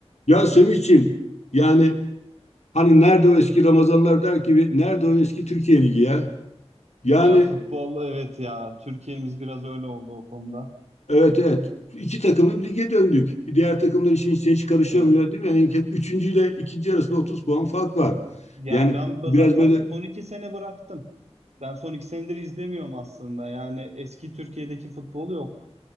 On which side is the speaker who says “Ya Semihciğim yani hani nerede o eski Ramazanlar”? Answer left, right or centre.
Left